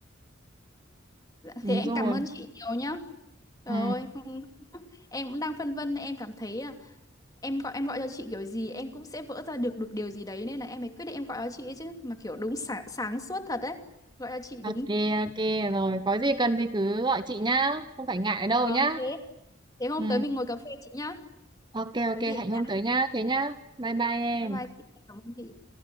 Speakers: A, on the left; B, on the right.
A: Dạ,
B: đúng
A: Thế em
B: rồi.
A: cảm ơn chị nhiều nhá. Trời
B: Ừ,
A: ơi, không- em cũng đang phân vân, em cảm thấy à, em gọi em gọi cho chị kiểu gì em cũng sẽ vỡ ra được được điều gì đấy nên là em mới quyết định em gọi cho chị ấy chứ, mà kiểu đúng sáng, sáng suốt thật đấy. Gọi cho chị
B: ok
A: đúng.
B: ok rồi. Có gì cần thì cứ gọi chị nhá. Không phải ngại đâu
A: Vâng
B: nhá.
A: thế. Thế hôm
B: Ừ,
A: tới mình ngồi cà phê chị nhá.
B: ok ok
A: Có gì em
B: hẹn hôm
A: nhắn.
B: tới nhá. Thế nhá. Bye bye em.
A: Bye bye chị, cảm ơn chị.